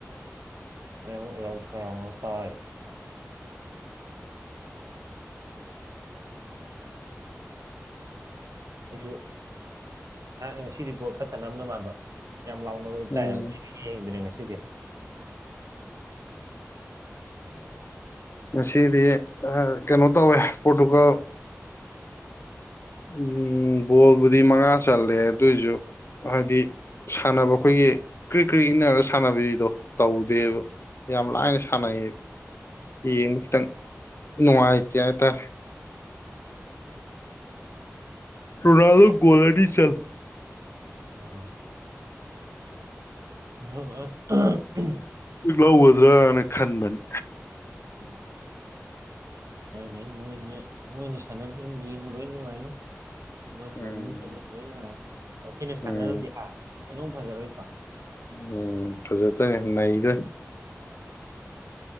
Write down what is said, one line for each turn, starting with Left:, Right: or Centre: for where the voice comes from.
Right: ꯃꯌꯥꯝ ꯎꯔꯥꯎ ꯊꯥꯔꯥꯎꯕ ꯇꯥꯏ ꯑꯩꯁꯨ ꯉꯁꯤꯗꯤ ꯒꯣꯜ ꯈꯔ ꯆꯟꯅꯥꯔꯝꯗꯧ ꯃꯥꯟꯕ ꯌꯥꯝ ꯂꯥꯎꯅꯕꯗꯣ
Left: ꯎꯝ
Right: ꯇꯥꯏꯌꯦꯕ ꯑꯩꯗꯤ ꯌꯦꯡꯗ꯭ꯔꯦ ꯉꯁꯤꯗꯤ
Left: ꯉꯁꯤꯗꯤ ꯑꯥ ꯀꯩꯅꯣ ꯇꯧꯋꯦ ꯄꯣꯔꯇꯨꯒꯜ ꯑꯝ ꯒꯣꯜꯕꯨꯗꯤ ꯃꯉꯥ ꯆꯜꯂꯦ ꯑꯗꯣꯏꯖꯨ ꯍꯥꯏꯗꯤ ꯁꯥꯟꯅꯕ ꯑꯈꯣꯏꯒꯤ ꯀ꯭ꯔꯤꯛ ꯀ꯭ꯔꯤꯛ ꯏꯟꯅꯔꯒ ꯁꯥꯟꯅꯕꯤꯗꯣ ꯇꯧꯗꯦꯕ ꯌꯥꯝ ꯂꯥꯏꯅ ꯁꯥꯟꯅꯩ ꯌꯦꯡꯕ ꯈꯤꯇꯪ ꯅꯨꯡꯉꯥꯏꯇꯦ ꯍꯥꯏꯇꯔꯦ
Right: <inaudible>
Left: ꯔꯣꯅꯥꯜꯗꯣ ꯒꯣꯜ ꯑꯅꯤ ꯆꯟ
Right: ꯑꯣ <unintelligible>
Left: ꯂꯧꯒꯗ꯭ꯔꯥꯅ ꯈꯟꯕꯅꯤ
Right: ꯑꯝ ꯍꯣꯏꯅꯦ ꯃꯣꯏꯅꯦ ꯃꯣꯏꯅ ꯁꯥꯟꯅꯕꯗꯤ ꯌꯦꯡꯕ ꯂꯣꯏ ꯅꯨꯡꯉꯥꯏꯅꯤ ꯑꯃꯥꯁꯨ
Left: ꯎꯝ
Right: ꯂꯝ ꯑꯃꯥꯁꯨ ꯑꯃꯥꯁꯨ ꯂꯣꯏ ꯅꯨꯡꯉꯥꯏ ꯑꯩꯈꯣꯏꯅ
Left: ꯎꯝ
Right: ꯁꯥꯟꯅꯔꯨꯔꯗꯤ ꯍꯥ ꯍꯦꯟꯅ ꯑꯃꯨꯛ ꯐꯖꯔꯣꯏꯗ꯭ꯔꯣ
Left: ꯑꯝ ꯐꯖꯥꯗꯣꯏꯅꯦ ꯅꯩꯗꯣꯏꯅꯦ